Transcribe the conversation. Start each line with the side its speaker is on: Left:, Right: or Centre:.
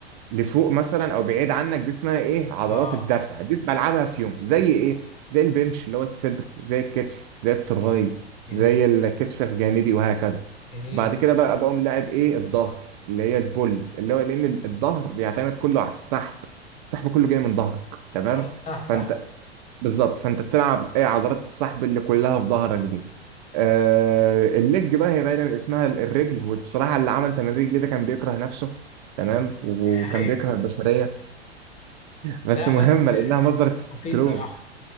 Right: لفوق مثلا او بعيد عنك دي اسمها ايه عضلات
Left: اه
Right: الدفع دي بلعبها في يوم زي ايه زي البنش اللي هو الصدر زي الكتف زي التراي
Left: جميل جميل
Right: زي الكتف الجانبي وهكذا
Left: جميل
Right: بعد كده بقى بقوم لاعب ايه الظهر اللي هي البول اللي هو لان الظهر بيعتمد كله على السحب السحب كله جاي من ظهرك تمام
Left: صح صح صح.
Right: فانت بالظبط فانت بتلعب ايه عضلات السحب اللي كلها في ظهرك دي آه الليج بقى هي باينه من اسمها ال- الرجل وبصراحه اللي عمل تمرين الرجل ده كان بيكره نفسه تمام وكان
Left: <laughs> ايوه
Right: بيكره البشريه بس
Left: لا
Right: مهمه
Left: بس
Right: لانها
Left: آه،
Right: مصدر التستوستيرون
Left: بس مفيد صراحة